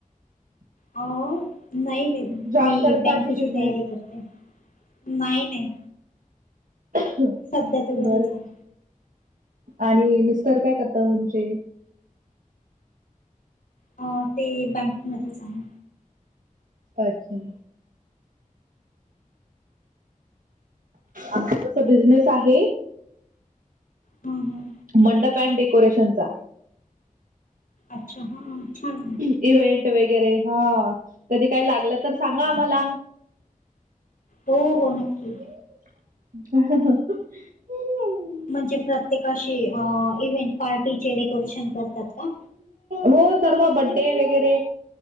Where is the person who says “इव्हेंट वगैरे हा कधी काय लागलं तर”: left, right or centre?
Right